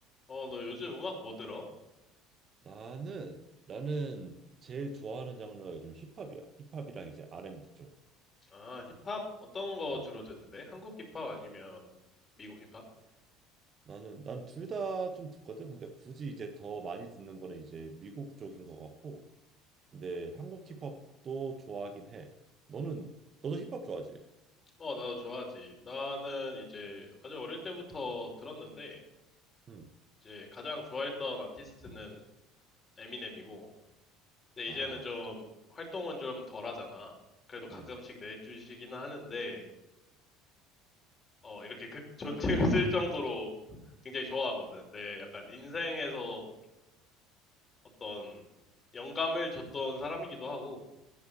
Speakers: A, on the left; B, on the right.
A: 어, 너 요즘 음악 뭐 들어?
B: 나는 나는 제일 좋아하는 장르가 요즘 힙합이야. 힙합이랑 이제 R&B 쪽.
A: 아, 힙합? 어떤 거
B: 응.
A: 주로 듣는데? 한국 힙합 아니면 미국 힙합?
B: 나는 난 둘 다 좀 듣거든. 근데 굳이 이제 더 많이 듣는 거는 이제 미국 쪽인 것 같고. 근데 한국 힙합도 좋아하긴 해. 너는 너도 힙합 좋아하지?
A: 어, 나도 좋아하지. 나는 이제 아주 어릴 때부터 들었는데,
B: 응.
A: 이제 가장 좋아했던 아티스트는 에미넴이고, 근데
B: 아,
A: 이제는 좀 활동은 좀 덜 하잖아. 그래도 가끔씩
B: 응,
A: 내주시기는 하는데, 어, 이렇게 극 존칭을 <laughs> 쓸 정도로 굉장히 좋아하거든. 내 약간 인생에서 어떤 영감을 줬던 사람이기도 하고,